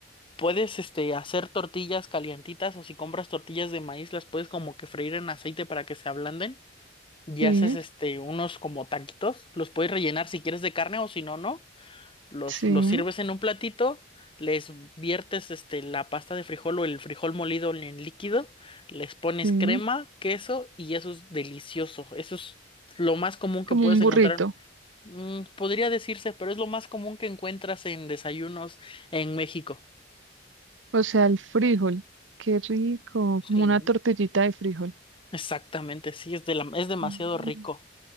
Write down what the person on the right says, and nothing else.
sí,
sí,
sí,
como
un
burrito,
o sea, el frijol, qué rico,
como una tortillita de frijol.
Mm.